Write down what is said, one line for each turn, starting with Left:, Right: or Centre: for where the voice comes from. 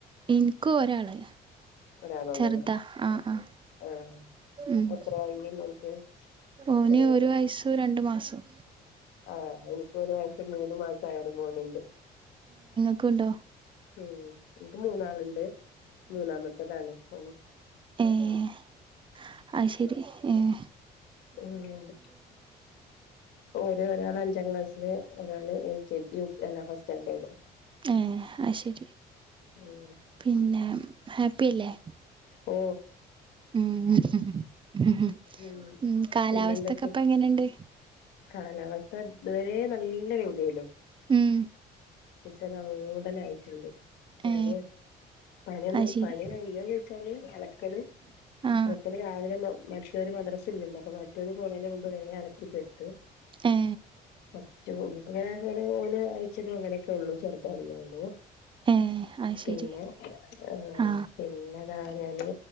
Right: നിക്കും ഒരാള്
Left: ഒരാളൊള്ളൂല്ലേ
Right: ചെറുതാ ആഹ് ആഹ്
Left: ആഹ്
Right: മ്
Left: എത്രയായി മോൻക്ക്
Right: ഓന്
Left: ചെറിയോക്ക്
Right: ഒരു വയസും രണ്ടു മാസും.
Left: ആഹ് എനിക്കും ഒരു വയസും മൂന്ന് മാസ ആയ ഒര് മോന് ണ്ട്.
Right: ക്കുണ്ടോ
Left: മ് എനിക്ക് മൂന്നാളുണ്ട് മൂന്നാമത്തതാണ് മ്
Right: ഏഹ് ആയ്ശരി ഏഹ്
Left: മ് ഒരു ഒരാൾ അഞ്ചാം ക്ലാസ്സിൽ ഒരാള് L K G U K അല്ല ഫസ്റ്റാൻഡേർഡ്
Right: ആഹ്. അഹ് ശരി.
Left: ഉം
Right: പിന്നെ ഹാപ്പി അല്ലേ?
Left: ഓ
Right: മ് മ്
Left: ഉം
Right: കാലാവസ്ഥ
Left: പിന്നെന്തൊക്കെ
Right: ഒക്കെ ഇപ്പ എങ്ങനുണ്ട്
Left: കാലാവസ്ഥ ഇതുവരെ നല്ല രീതിയില
Right: ഉം
Left: ഇപ്പതാ മൂടലായിട്ട്ണ്ട്. ഞാന്
Right: ഏ
Left: പണിയൊന്നും
Right: അത് ശരി
Left: പണി കഴിഞ്ഞോന്ന് ചോദിച്ചാല് അലക്കല്
Right: ആ
Left: അലക്കല് രാവിലെ മ മറ്റവര് മദ്രസ ഉണ്ടല്ലോ അപ്പൊ മറ്റൊവര് പോണേതിന് മുമ്പ് വേഗം അലക്കി തീർത്ത്
Right: ഏ
Left: കൊറച്ചും കൂടിട്ട് ഇങ്ങനെ അങ്ങനെ ഓനെ അയച്ചിട്ട് അങ്ങനെ ഒക്കെ ഉള്ളൂ ചെറുതായതല്ലേ ഒള്ളൂ
Right: ഏ അത് ശരി
Left: പിന്നെ ആഹ്
Right: ആ
Left: പിന്നെതാ ഞാന്